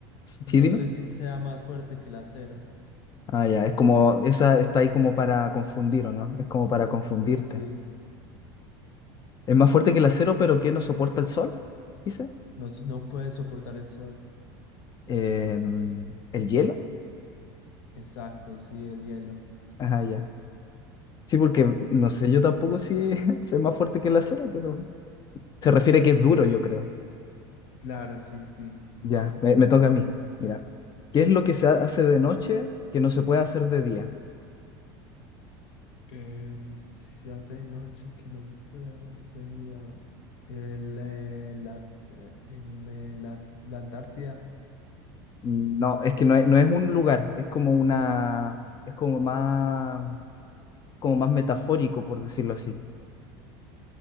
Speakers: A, on the left; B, on the left.
A: Sí,
B: no
A: dime.
B: sé si sea más fuerte que el acero.
A: Ah, ya, es como, esa está ahí como para confundir, ¿o no? Es como para confundirte.
B: Sí, sí.
A: Es más fuerte que el acero, pero que no soporta el sol, dice.
B: No, s- no puede soportar el sol.
A: Em, el hielo.
B: Exacto, sí, el hielo.
A: Ajá, ya. Sí, porque no
B: Bien.
A: sé, yo tampoco si soy <laughs> más fuerte que el acero, pero se refiere que es duro, yo creo.
B: Claro, sí, sí.
A: Ya, me, me toca a mí. Mira, ¿qué es lo que se hace de noche que no se puede hacer de día?
B: Em, se hace de noche que no se puede hacer de día. El, eh, la, eh, en, eh, la, la Antártida,
A: No, es que no es, no es un lugar, es como una, es como más, como más metafórico, por decirlo así.